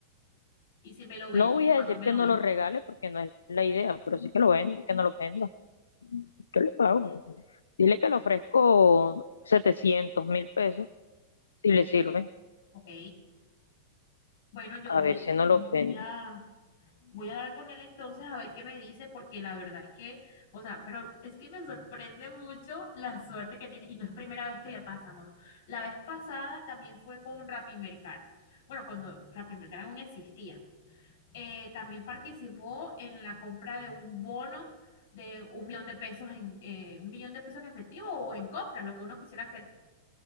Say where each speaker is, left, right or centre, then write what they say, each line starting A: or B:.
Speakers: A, on the left; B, on the left.
A: Y si me lo
B: No
A: venden,
B: voy a
A: ¿cuándo
B: decir
A: me
B: que
A: lo
B: no
A: ven?
B: lo regale porque no es la idea, pero sí que lo venda, que no lo venda. Yo le pago. Dile que le ofrezco setecientos mil pesos Si le sirve,
A: Ok. Bueno, yo
B: a
A: voy
B: ver
A: a,
B: si no lo
A: voy
B: vende.
A: a, Voy a hablar con él entonces a ver qué me dice, porque la verdad es que, o sea, pero es que me sorprende mucho la suerte que tiene, y no es primera vez que le pasa, amor. La vez pasada también fue con Rappi Mercado. Bueno, cuando Rappi Mercado aún existía. Eh, también participó en la compra de un bono de un millón de pesos en eh, un millón de pesos en efectivo o en compras, lo que uno quisiera hacer.